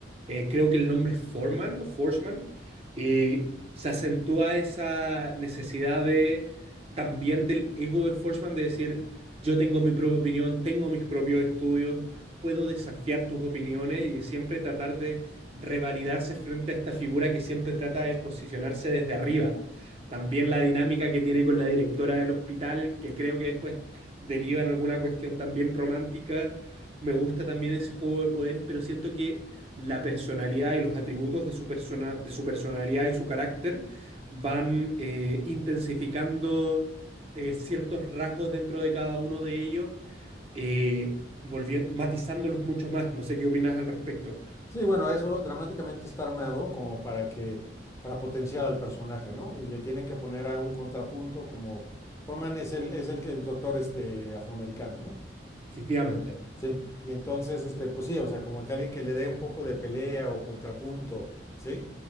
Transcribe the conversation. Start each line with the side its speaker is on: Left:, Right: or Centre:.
Right: eh, creo que el nombre es Foreman o Forsman, eh, se acentúa esa necesidad de también del ego de Forsman de decir, yo tengo mi propia opinión, tengo mis propios estudios, puedo desafiar tus opiniones y de siempre tratar de revalidarse frente a esta figura que siempre trata de posicionarse desde arriba. También la dinámica que tiene con la directora del hospital, que creo que después deriva en alguna cuestión también romántica. Me gusta también ese juego de poderes, pero siento que la personalidad y los atributos de su persona, de su personalidad y su carácter van eh, intensificando eh, ciertos rasgos dentro de cada uno de ellos, eh, volvien- matizándolos mucho más. No sé qué opinas al respecto.
Left: Sí, bueno, eso dramáticamente está armado como para que, para potenciar al personaje, ¿no? Y le tienen que poner a un contrapunto como Forman es el, es el, el doctor este, afroamericano, ¿no?
Right: Efectivamente.
Left: Sí, y entonces, este, pues sí, o sea, como que alguien que le dé un poco de pelea o contrapunto, ¿sí?